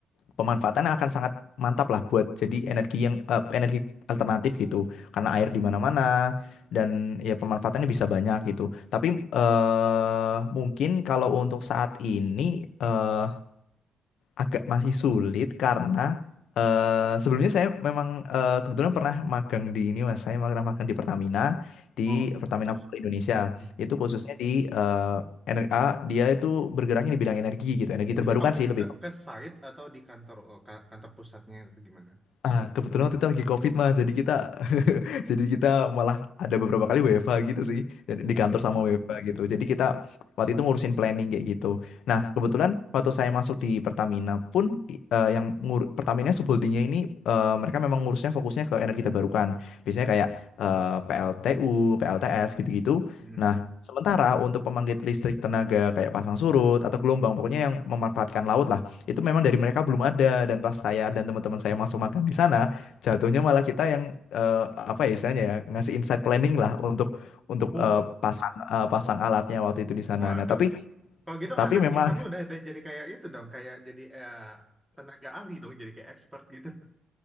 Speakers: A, on the left; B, in the centre.
A: pemanfaatan akan sangat mantap lah buat jadi energi yang eh, energi alternatif gitu karena air di mana-mana dan ya pemanfaatannya bisa banyak gitu tapi eh mungkin kalau untuk saat ini eh agak masih sulit karena eh sebelumnya saya memang eh, kebetulan pernah magang di ini mas saya pernah magang di Pertamina di
B: Oh,
A: Pertamina
B: terus?
A: Power Indonesia
B: Mm.
A: itu khususnya di eh, ener- ah, dia itu bergeraknya di bidang energi gitu energi terbarukan
B: Itu kamu
A: sih lebih
B: ke, ke site atau di kantor oh, ka- kantor pusatnya atau gimana?
A: Ah, kebetulan waktu itu lagi COVID mas, jadi kita <laughs> jadi kita malah ada beberapa kali WFH gitu sih, jadi di
B: Oh,
A: kantor sama WFH gitu. Jadi kita waktu itu ngurusin planning kayak gitu. Nah,
B: Mm-mm.
A: kebetulan waktu saya masuk di Pertamina pun eh, yang ngur, Pertamina subholdingnya ini eh, mereka memang ngurusnya fokusnya ke energi terbarukan. Biasanya kayak eh, PLTU, PLTS gitu-gitu.
B: Mm-mm.
A: Nah, Sementara untuk pembangkit listrik tenaga kayak pasang surut atau gelombang, pokoknya yang memanfaatkan laut lah, itu memang dari mereka belum ada. Dan pas saya dan teman-teman saya masuk magang di sana, jatuhnya malah kita yang eh, apa ya istilahnya ya ngasih insight planning lah untuk untuk
B: Oh,
A: eh, pasang eh, pasang alatnya waktu itu di sana.
B: Waduh,
A: Nah tapi
B: kalau gitu
A: tapi
B: anak
A: memang
B: intern udah ada jadi kayak itu dong, kayak jadi eh, tenaga ahli dong, jadi kayak expert gitu.